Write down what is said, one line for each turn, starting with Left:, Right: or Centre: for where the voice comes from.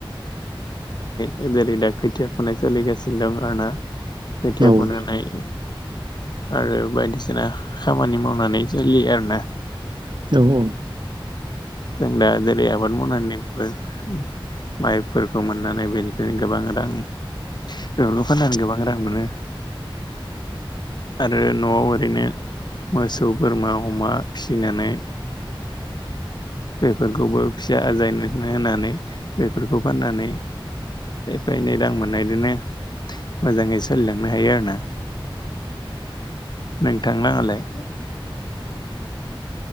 Left: <unintelligible> जेरै दा खोथिया खुनाय सोलिगासिनो दं आरोना <unintelligible>
Right: औ औ
Left: नाय आरो बायदिसिना खामानि मावनानै जोलि आरो ना
Right: नंगौ
Left: जों दा जेरै आबाद मावनायनि <unintelligible> माइफोरखौ मोननानै बेनिफ्रायनो गोबां रां <unintelligible> फाननानै गोबां रां मोनो आरो नआव ओरैनो मोसौ बोरमा अमा फिसिनानै बेफोरखौबो फिसा आजायनो होनानै बेफोरखौ फाननानै एफा एनै रां मोननायदोनो मोजाङै सोलिलांनो हायो आरोना। नोंथांलाहालाय?